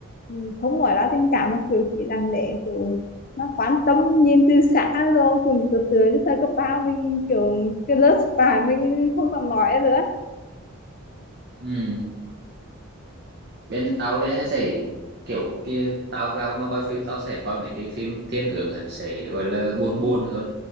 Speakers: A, on the left (about 40°); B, on the right (about 45°).
A: ừ, không nói là tình cảm mà kiểu chỉ lặng lẽ kiểu nó quan tâm nhìn từ xã rồi cùng từ từ đến thời cấp ba mình kiểu cái lớp bạn mình không còn nói nữa
B: ừ bên tao thì sẽ kiểu kia tao tao mà coi phim tao sẽ coi mấy cái phim thiên hướng hẳn sẽ gọi là buồn buồn hơn